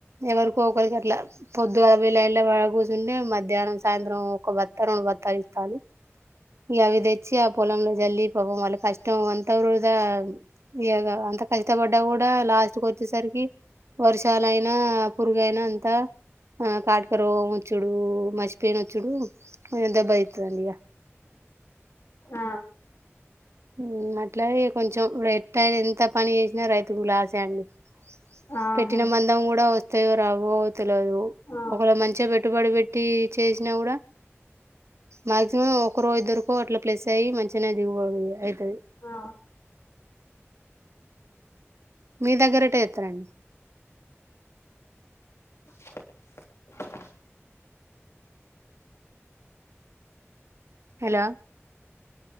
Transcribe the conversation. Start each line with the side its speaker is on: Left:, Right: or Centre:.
Right: ఎవరికో ఒదికట్లా పొద్దుగాల బోయి లైన్ లోవోయి ఆడ కూస్సుంటే మధ్యాహ్నం సాయంత్రం ఒక భత్త, రెండు భత్తాలు ఇత్తాల్లు. ఇగ అవి దె చ్చి ఆ పొలంలో జల్లి పాపం వాళ్ళ కష్టం అంత వృధా ఇగ అంత కష్టపడ్డా కూడా లాస్టుకు వచ్చేసరికి వర్షాలయినా, పురుగు అయినా అంత ఆ కాటక రోగ మొచ్చుడు మచ్ పెయినొచ్చుడు కొంచెం దెబ్బదీత్తదండి ఇగ
Left: ఆ
Right: మ్మ్ అట్లాగే కొంచెం రెట్టై ఎంత పని ఏసినా రైతుకు లాసే అండి
Left: ఆహా
Right: పెట్టిన మందం కూడా వస్తయో రావో తెలవదు
Left: ఆ
Right: ఒకవేళ మంచిగ పెట్టుబడి పెట్టి చేస్ నగూడ మాగ్జిమం ఒకరో ఇద్దరికో అట్లా ప్లస్ అయ్ మంచి గనె దిగువడి ఎ అయితది
Left: ఆ
Right: మీ దగ్గర ఎట్ట యేత్తరండి
Left: <unintelligible>
Right: హలో